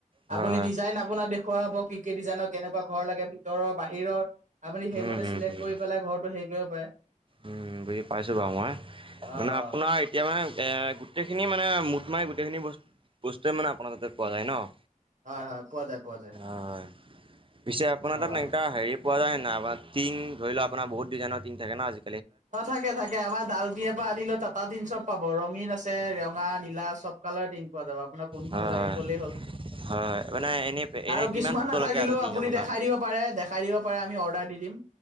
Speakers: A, on the right; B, on the right.
A: হয়
B: আপুনি
A: হয়
B: ডিজাইন আপোনাৰ দেখুওৱাব হ'ব কি কি ডিজাইনৰ কেনেকুৱা ঘৰ লাগে ভিতৰৰ বাহিৰৰ। আপুনি সেইমতে
A: উম উম
B: চিলেক্ট
A: উম
B: কৰি পেলাই ঘৰতটো হেৰি কৰিব পাৰে।
A: উম, বুজি পাইছো বাৰু মই
B: অ',
A: মানে আপোনাৰ এতিয়া মানে এ গোটেইখিনি মানে মুঠ মাৰি গোটেইখিনি বস্তুৱে মানে আপোনাৰ তাতে পোৱা যায় ন'।
B: হয়-হয়, পোৱা যায়, পোৱা যায়।
A: হয়। পিছে আপোনাৰ
B: অ',
A: তাত একা হেৰি পোৱা যায় নাই আপাৰ টিন ধৰি লোৱা আপাৰ বুত ডিজাইনৰ টিং থাকে ন আজি
B: অ' থাকে থাকে আমাৰ ডাল বিয়াৰ পৰা আদি লৈ টাটা তিন চব পাব। ৰঙীন আছে ৰঙা, নীলা চব কালাৰ টিন পোৱা যাব, আপোনাৰ কোনখন
A: হয়
B: লাগে
A: হয়
B: কলেই হ'ল।
A: হয় হয় মানে এনে এনে
B: আৰু
A: কিমান
B: কিছুমান
A: ফুটলৈকে
B: নাথাকিলেও
A: আছে টিং
B: আপুনি
A: আপোনাৰ?
B: দেখাই দিব পাৰে, দেখাই দিব পাৰে, আমি অৰ্ডাৰ দি দিম।